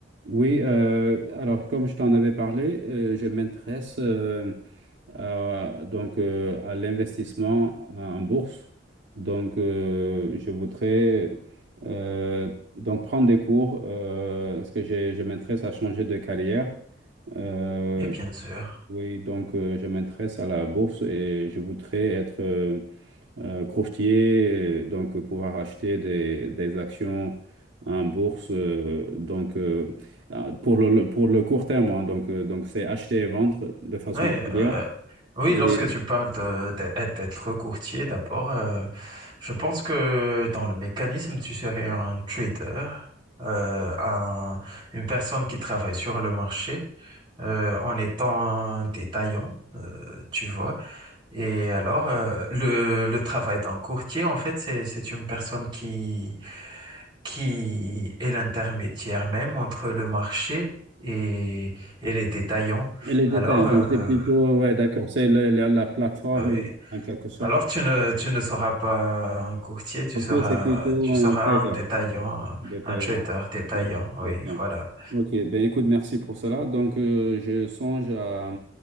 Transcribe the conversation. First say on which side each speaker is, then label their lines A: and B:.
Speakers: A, on the right; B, on the right.
A: Oui, euh, alors comme je t'en avais parlé, euh, je m'intéresse euh, à, donc euh, à l'investissement en bourse. Donc euh, je voudrais euh, donc prendre des cours euh, parce que j'ai- je m'intéresse à changer de carrière. Euh,
B: Et bien sûr.
A: oui, donc euh, je m'intéresse à la bourse et je voudrais être euh, euh, courtier, donc pouvoir acheter des, des actions en bourse, euh, donc euh, ah, pour le, le- pour le court terme, hein, donc euh, donc c'est acheter et vendre de façon
B: Oui,
A: régulière.
B: euh, oui,
A: Et,
B: lorsque tu parles de- de- d'être courtier, d'abord, euh, je pense que dans le mécanisme, tu serais un trader, euh, un- une personne qui travaille sur le marché euh, en étant un détaillant, euh, tu vois. Et alors, euh, le, le travail d'un courtier, en fait, c'est, c'est une personne qui qui est l'intermédiaire même entre le marché et, et les détaillants.
A: et les détails,
B: Alors,
A: hein,
B: euh,
A: donc c'est plutôt, ouais, d'accord, c'est la, la- la plateforme
B: ouais.
A: en quelque sorte.
B: Alors tu ne, tu ne seras pas un courtier, tu
A: Ok,
B: seras,
A: c'est plutôt
B: tu
A: un
B: seras
A: trader,
B: un détaillant, un
A: détaillant,
B: un trader détaillant.
A: d'accord, détaillant.
B: Oui, voilà.
A: Ok, ben écoute, merci pour cela. Donc, euh, je songe à,